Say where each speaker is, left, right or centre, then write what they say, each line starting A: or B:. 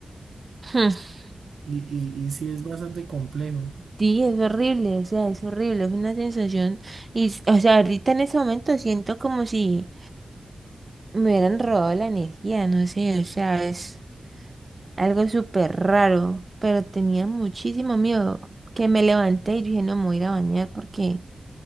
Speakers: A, on the right (about 30°); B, on the right (about 80°).
A: <laughs>
B: Y, y, y sí es bastante complejo.
A: Sí, es horrible, o sea, es horrible, es una sensación, y, s- o sea, ahorita en ese momento siento como si me hubieran robado la energía, no sé, o sea, es algo súper raro, pero tenía muchísimo miedo que me levanté y dije, no, me voy a ir a bañar porque,